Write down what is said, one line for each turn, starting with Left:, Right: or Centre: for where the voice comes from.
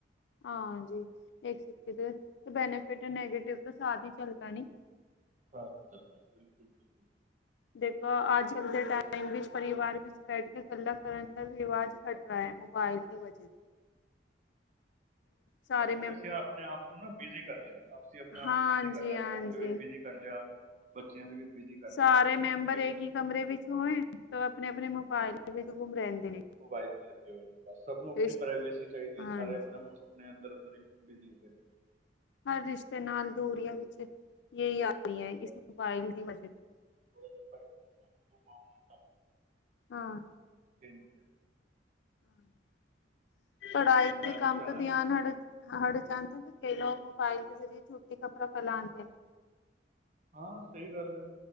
Left: ਹਾਂਜੀ ਇੱਕ ਸਿੱਕੇ ਤੇ ਬੈਨ ਫਿਟ ਨੈਗੇਟਿਵ ਤਾਂ ਸਾਥ ਹੀ ਚੱਲਦਾ ਨੀ,
Right: ਸਾਥ ਹੀ ਚੱਲਦਾ ਬਿਲਕੁਲ ਬਿਲਕੁਲ
Left: ਦੇਖੋ
Right: ਪਰ
Left: ਅੱਜ
Right: ਉਹ
Left: ਕੱਲ ਦੇ ਟਾਈਮ ਵੀ, ਪਰਿਵਾਰ ਵਿੱਚ ਬੈਠ ਕੇ ਇਕੱਲਾ ਕਰਨ ਦਾ ਵੀ ਰਿਵਾਜ਼ ਘੱਟ ਰਿਹਾ ਹੈ ਨਾ, ਮੋਬਾਈਲ ਦੀ ਵਜ੍ਹਾ ਸਾਰੇ
Right: ਐਕਚਲੀ ਅਸੀਂ ਆਪਣੇ ਆਪ ਨੂੰ ਨਾ ਬਿਜੀ ਕਰ ਲਿਆ, ਅਸੀਂ ਆਪਣੇ ਆਪ
Left: ਹਾਂਜੀ
Right: ਨੂੰ ਬਿਜੀ ਕਰ ਲਿਆ
Left: ਹਾਂਜੀ
Right: ਫੋਨ ਦੇ ਵਿੱਚ ਬਿਜੀ ਕਰ ਲਿਆ। ਬੱਚਿਆਂ ਦੇ ਵਿੱਚ, ਬਿਜ਼ੀ ਕਰ
Left: ਸਾਰੇ
Right: ਲਿਆ ਠੀਕ
Left: ਮੈਂਬਰ
Right: ਹੈ ਨਾ
Left: ਇੱਕ ਹੀ ਕਮਰੇ ਵਿੱਚ ਹੋਏ ਤੇ ਆਪਣੇ-ਆਪਣੇ ਮੋਬਾਇਲ
Right: ਹਾਂ
Left: ਵਿੱਚ ਘੁੰਮ ਰਹਿੰਦੇ। ਨੇ
Right: ਮੋਬਾਈਲ ਚ ਲੱਗੇ ਹੋਏ ਨੇ ਵੀ ਸਭ ਨੂੰ ਆਪਣੀ
Left: ਰਿਸ਼
Right: ਪ੍ਰਾਈਵੇਸੀ ਚਾਹੀਦੀ
Left: ਹਾਂਜੀ
Right: ਹੈ ਸਾਰੇ ਆਪਣਾ ਕੁਛ ਆਪਣੇ ਅੰਦਰ ਅੰਦਰ ਹੀ। ਬੀਜ਼ੀ ਹੈਗੇ ਹਨ
Left: ਹਰ ਰਿਸ਼ਤੇ ਨਾਲ ਦੂਰੀਆਂ ਵਿੱਚ ਇਹੀ ਆ ਰਹੀਆਂ ਇਸ
Right: ਬਸ
Left: ਮੋਬਾਇਲ ਦੀ ਵਜ੍ਹਾ ਤੇ
Right: ਥੋੜਾ ਜਿਹਾ ਫਰਕ ਹੈ ਜਦੋਂ ਮਾਹੌਲ
Left: ਹਾਂ,
Right: ਤਿੰਨ ਰੁਪਿਆ
Left: ਹਾਂ, ਪੜ੍ਹਾਈ
Right: ਉਹ ਮੈਂ
Left: ਦੇ ਕੰਮ
Right: ਅਸੀਂ ਜਾਣਾ
Left: ਤੋਂ ਧਿਆਨ
Right: ਸੀ
Left: ਹੜ ਜਾਂਦਾ ਕਈ ਲੋਕ ਮੋਬਾਇਲ ਦੇ ਜ਼ਰੀਏ ਛੂਟੀ ਖ਼ਬਰਾਂ ਫੈਲਦੇ ਨੇ,
Right: ਹਾਂ ਸਹੀ ਗੱਲ ਹੈ